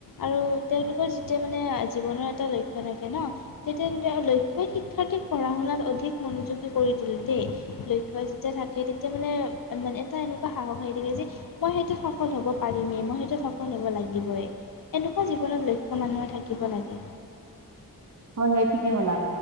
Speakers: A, on the left; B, on the right.
A: আৰু তেওঁলোকৰ যেতিয়া মানে, জীৱনৰ এটা লক্ষ্য থাকে ন'। তে তেন্তে লক্ষ্ সেই শিক্ষাৰ্থীক পঢ়া শুনাত অধিক মনোযোগী কৰি তোলে দেই লক্ষ্য যেতিয়া থাকে তেতিয়া মানে অঁ মানে এটা এনেকুৱা সাহস আহি থাকে যে, মই সেইটোত সফল হ'ব পাৰিমে, মই সেইটোত সফল হ'ব লাগিবই। এনেকুৱা জীৱনত লক্ষ্য মানুহৰ থাকিব লাগে
B: হ'য়, হ'য় ঠিকে কলা।